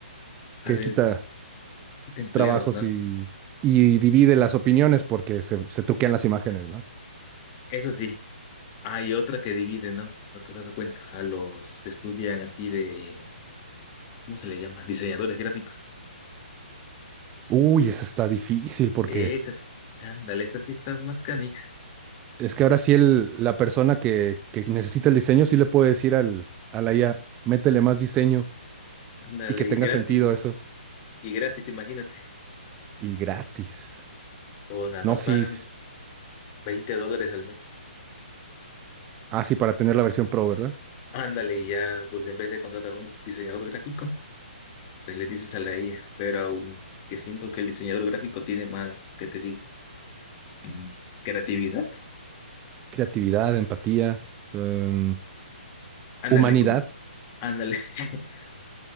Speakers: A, on the left; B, on the right.
A: A
B: que
A: ver,
B: quita
A: de empleos,
B: trabajos
A: ¿no?
B: y, y divide las opiniones porque se, se truquean las imágenes, ¿no?
A: Eso sí, hay otra que divide, ¿no? ¿No te has dado cuenta? A los que estudian así de... ¿Cómo se le llama? Diseñadores gráficos.
B: Uy, eso está difícil porque
A: Esas, ándale, esa sí está más canija.
B: es que ahora sí el, la persona que, que necesita el diseño sí le puede decir al, a la IA, métele más diseño
A: Ándale,
B: y que tenga
A: y gratis,
B: sentido eso.
A: Y gratis, imagínate.
B: Y gratis.
A: O nada
B: No,
A: más
B: sí.
A: pagan 20 dólares al mes.
B: Ah, sí, para tener la versión pro, ¿verdad?
A: Ándale, y ya, pues en vez de contratar un diseñador gráfico, pues le dices a la IA. Pero aunque siento que el diseñador gráfico tiene más, ¿qué te digo? Mm, Creatividad.
B: Creatividad, empatía, em,
A: Ándale,
B: humanidad.
A: como, ándale. <laughs>